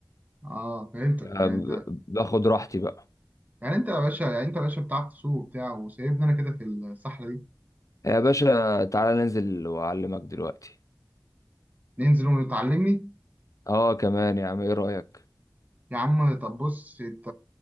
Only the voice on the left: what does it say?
آه،
ب-
باخد راحتي بقى
يا باشا تعالى ننزل واعلمك دلوقتي
اه كمان يا عم ايه رأيك